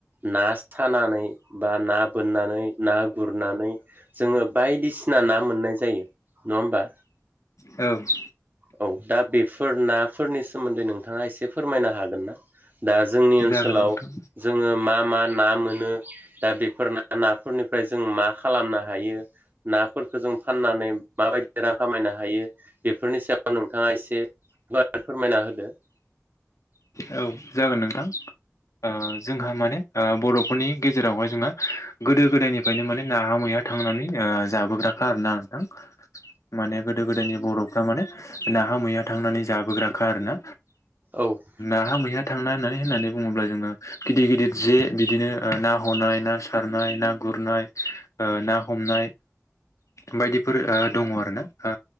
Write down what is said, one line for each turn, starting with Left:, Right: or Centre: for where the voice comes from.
Right: ना सानानै बा ना बोननानै ना गुरनानै जोङो बायदिसिना सिना ना मोननाय जायो नङा होमबा?
Left: औ ।
Right: औ दा बेफोर नाफोरनि सोमोन्दै नोंथाङा एसे फोरमायनो हागोन ना? दा जोंनि ओनसोलाव
Left: जागोन नोंथां
Right: जोङो मा मा ना मोनो दा बेफोर नाफोरनिफ्राय जों मा खालामनो हायो नाफोरखौ जों फाननानै मा बा यदि रां खामायनो हायो बेफोरनि सायाव नोंथाङा एसे गुवारै फोरमायना होदो ।
Left: औ जागोन नोंथां ओ जोंहा माने ओ बरफोरनि गेजेरावहाय जोंहा गोदो गोदायनिफ्रायनो माने नाहा मैया थांनानै ओ जाबोग्रा खा आरो ना नोंथां माने गोदो गोदायनि बर'फोर फ्रा थारमाने नाहा मैहा थांनानै जाबोग्राखा आर ना।
Right: औ ।
Left: नाहा मैहा थांना होनना होननानै बुङोब्ला जोङो गिदिर गिदिर जे बिदिनो ना हनाय ना सारनाय ना गुरनाय ओ ना हमनाय बायदिफोर ओ दङ आरो ना ओ